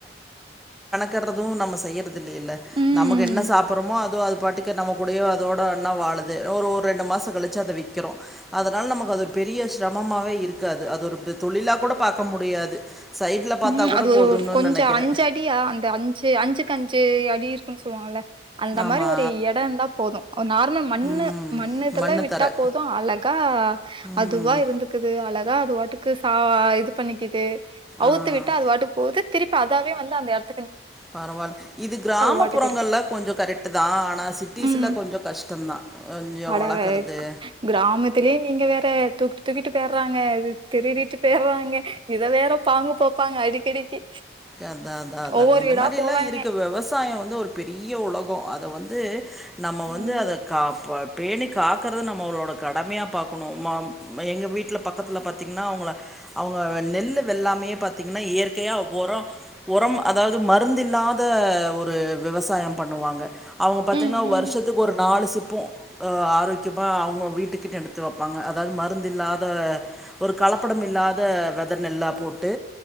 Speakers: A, in the centre; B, on the right (about 30°).
A: கிறதும் நம்ம செய்யறது இல்லையில்ல
B: ம்
A: நமக்கு என்ன சாப்பிடறோமோ அதுவுன் அது பாட்டுக்கு கூடயோ அதோட ஒண்ணா வாழுது ஒரு ரெண்டு மாசம் கழிச்சு அத விக்கிறோம் அதனால நமக்கு அது ஒரு பெரிய இருக்காது அது ஒரு தொழிலா கூட பார்க்க முடியாது சைட்ல பாத்தா
B: உம்
A: கூட
B: அது
A: போதும்னு
B: ஒரு கொஞ்சம்
A: நெனைக்கிறே
B: அஞ்சு அடியா அந்த அஞ்சு அஞ்சு கஞ்சு அடி இருக்குன்னு சொல்லுவாங்கல்ல அந்த
A: ஆமா
B: மாதிரி ஒரு இடம் இருந்தா போதும் நார்மல் மண்ணு
A: ம்
B: மண்ணு இதுல விட்டா
A: தர
B: போதும் அழகா
A: ம்
B: அது பாட்டுக்கு சா இது பண்ணிக்கிட்டு அவுத்து
A: ஆ
B: விட்டா அது பாட்டுக் போது திருப்பி அதாவே வந்து அந்த எட்
A: பரவால்ல இது கிராமப்புறங்கள்ல
B: பாட்டுக்கு இருக்கு.
A: கொஞ்சோ கரெக்ட்டுதா ஆனா சிட்டீஸில்ல
B: ம்.
A: கொஞ்சோ கஷ்டந்தா கொஞ்சோ
B: அட
A: வளர்க்கறது
B: க் கிராமத்திலயே நீங்க வேற தூக்கிட்டு தூக்கிட்டுப்ப போடுவாங்க இது திருடிட்டு போயிர்வாய்ங்க இத வேற போப்பாங்க அடிக்கடிக்கு
A: கே அதா அதா அதாங்க
B: ஒவ்வொரு
A: இந்த
B: வீடா
A: மாரி
B: போவாங்க.
A: எல்லா இருக்கு வெவசாய வந்து ஒரு பெரிய உலகோ அத வந் து நம்ம வந்து
B: ம்.
A: அத காப்பா பேணி காக்கறுது நம்மோளோட கடமையா பார்க்குணு மா எங்க வீட்ல பக்கத்தில பாத்தீங்ன்னா அவுங்க அவுங்க நெல்லு வெல்லாமையே பாத்தீங்கனா இயற்கையா ஒரோ ஒரம் அதாவது மருந்து இல்லாத ஒரு வெவசாயம் பண்ணுவாங்க அவுங்க பாத்தீன்னா
B: ம்,
A: வருஷத்துக்கு ஒரு நாலு சிப் ப்போ அ ஆரோக்கியமா அவுங்க வீட்டுக்குன் எடுத்து வப்பாங்க அதாது மருந்தில்லாத ஒரு கலப்படம் இல்லாத வெத நெல்லா போட்டு